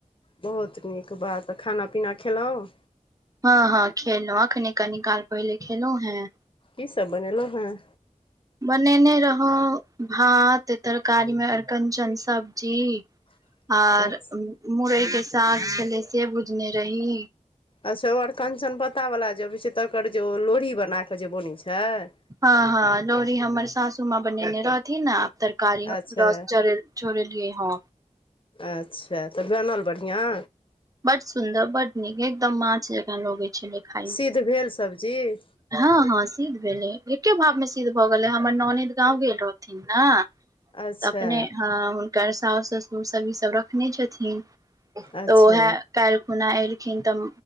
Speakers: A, on the left; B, on the right.
A: बहुत नीक बात खाना पीना खेलहुँ
B: हँ हँ खेलहुँ अखने कनि काल पहिले खेलहुँ हें
A: की सब बनेलहुँ हैं
B: बनेने रहौं भात तरकारीमे अरिकंचन सब्जी
A: <inaudible>
B: आर
A: अच्छा
B: मुरई के साग छलै से भुजने रही
A: अच्छा ओर कञ्चन पत्ता वाला जे अबै छैय तकर जे ओ लोढ़ी बना कऽ जे बनैत छैय
B: हँ हँ लोड़ी हमर सासू माँ बनेने रहथिन ने तरकारी
A: अच्छा
B: रस छोड़े छोड़ेलियए ह
A: अच्छा तऽ बनल बढ़िआँ
B: बड सुन्दर बड नीक एकदम माछ जकाँ लगै छलै खाय मे
A: सिद्ध भेल सब्जी
B: हँ हँ सिद्ध भेलै एके भावमे सिद्ध भऽ गेलै हमर ननदि गाँंव गेल रहथिन न
A: अच्छा
B: तऽ अपने हँ हुनकर सास ससुर सब ईसभ रखने छथिन
A: अच्छा
B: तऽ ओहे काइल खुना एल खिन तऽ